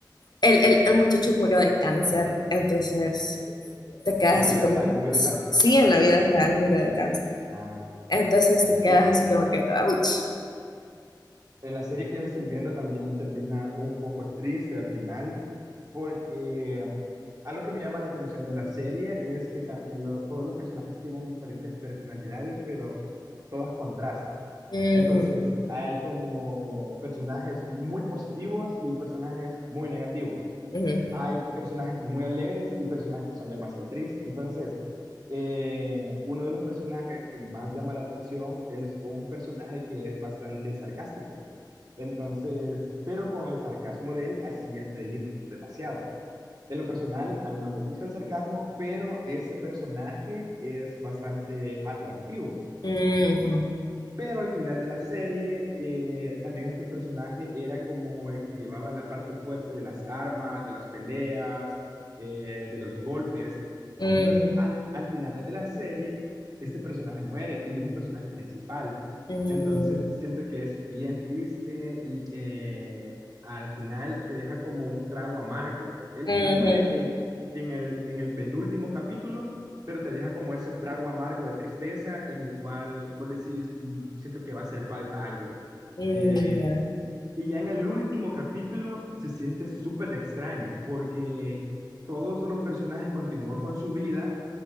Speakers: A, on the left; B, on the right.
A: El, el, el muchacho murió de cáncer, entonces te quedas
B: En la
A: así
B: vida
A: como,
B: real murió de cáncer.
A: sí, en la vida real murió de cáncer.
B: Ah, ok.
A: Entonces te quedas
B: Eh,
A: así como que, ouch.
B: en la serie que yo estoy viendo también termina un poco triste al final, porque algo que me llama la atención de la serie es que ta- lo- todos los personajes tienen diferentes personalidades, pero todas contrastan.
A: Ujú,
B: Entonces, hay como personajes muy positivos y hay personajes muy negativos.
A: ujú,
B: hay personajes muy alegres y personajes que son demasiado tristes. Entonces, eh, uno de los personajes que más llama la atención es un personaje que es bastante sarcástico. Entonces, pero con el sarcasmo de él hacía reír demasiado. En lo personal, a mí no me gusta el sarcasmo, pero ese personaje es bastante atractivo.
A: ujú,
B: Pero al final de la serie, eh, también este personaje era como el que llevaba la parte fuerte de las armas, de las peleas, eh, de los golpes.
A: ujú,
B: Entonces, al, al final de la serie, este personaje muere y es un personaje principal.
A: ujú,
B: Entonces, siento que es bien triste y que al final te deja como un trago amargo. Él,
A: ujú,
B: él muere en, en el, en el penúltimo capítulo pero te deja como ese trago amargo de tristeza en el cual vos decís, "Mm, siento que va a hacer falta algo.
A: ujú,
B: Eh, y ya en el último capítulo se siente súper extraño porque todos los personajes continúan con su vida,